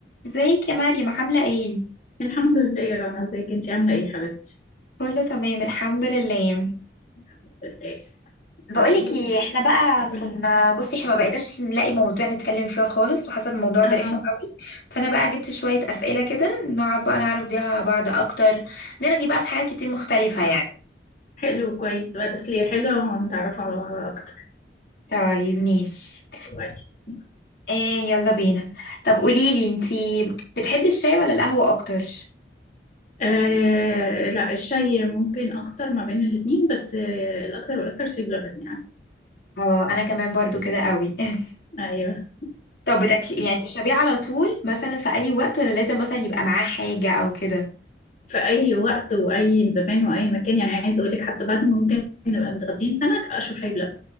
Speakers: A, on the left; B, on the left.
A: ازيك يا مريم عاملة ايه؟
B: الحمد لله يا رنا ازيك انتي عاملة ايه يا حبيبتي
A: كله تمام الحمد لله
B: الحمد لله
A: بقولك
B: قولي لي
A: ايه احنا بقى
B: قولي
A: كنا بصي احنا ما بقيناش نلاقي مواضيع نتكلم فيها خالص وحصل الموضوع
B: اه
A: ده رخم قوي فانا بقى جبت شوية اسئلة كده نقعد بقى نعرف بيها بعض اكتر نرغي بقى في حاجات كتير مختلفة يعني
B: حلو كويس بقى تسلية حلوة ونتعرف على بعض اكتر
A: طيب ماشي
B: كويس
A: ايه يلا بينا طب قوليلي انتي بتحبي الشاي ولا القهوة اكتر؟
B: آه لا الشاي ممكن اكتر ما بين الاتنين بس آه الاكتر والاكتر شاي بلبن يعني
A: اه انا كمان برضو كده قوي <laughs>
B: ايوه
A: طب بتاكلي يعني تشربيه على طول مثلا في اي وقت ولا لازم مثلا يبقى معاه حاجة او كده؟
B: في اي وقت واي زمان واي مكان يعني عايز اقول لك حتى بعد ما ممكن نبقى متغدين سمك اشرب شاي بلبن